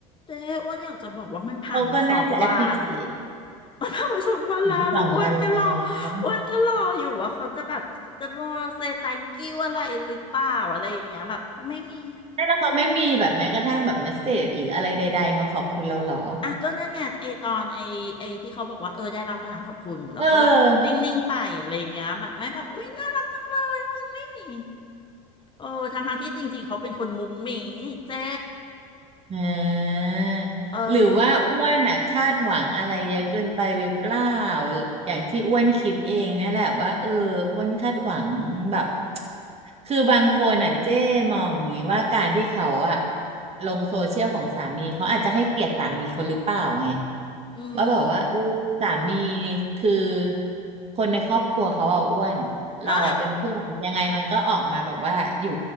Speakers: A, on the left (about 30°); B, on the right (about 35°).
A: เจ๊อ้วนอยากจะบอกว่ามันผ่านมาสองวัน
B: เขาก็น่าจะแอปพิเคช
A: มันผ่านมาสองวันแล้วแล้วอ้วนก็รอ
B: ัสองวันแล้ว
A: อ้วนก็รออยู่ว่าเขาจะแบบจะมาเซตังกิ้วอะไรหรือเปล่าอะไรอย่างเงี้ยแบบไม่มี
B: ไม่แล้วเขาไม่มีแบบแม้กระทั่งแบบเมสเสจหรืออะไรใดๆมาขอบคุณเราหรอ
A: อ่ะก็นั่นไงไอตอนไอไอที่เขาบอกว่าเออได้รับแล้วนะขอบคุณแล้วก็แบบนิ่งๆไปอะไรอย่างเงี้ยแบบไม่แบบอุ้ยน่ารักจังเลยอุ้ยไม่มี
B: เออ
A: เออทั้งๆที่จริงๆเขาเป็นคนมุ้งมิ้งเจ๊
B: อ่า
A: เออ
B: หรือว่าอ้วนอ่ะคาดหวังอะไรเยอะเกินไปหรือเปล่าอย่างที่อ้วนคิดเองเนี่ยแหละว่าเอออ้วนคาดหวังแบบคือบางคนอ่ะเจ้มองอย่างนี้ว่าการที่เขาอ่ะลงโซเชียลของสามีเขาอาจจะให้เกียรติสามีเขาหรือเปล่าไง
A: อื
B: ว่าแบบว่าเออสามี
A: ม
B: คือคนในครอบครัวเขาอ่ะอ้วนเราอ่ะเป็นเพื่อนยังไงมันก็ออกมาแบบว่าอยู่
A: อ่ะ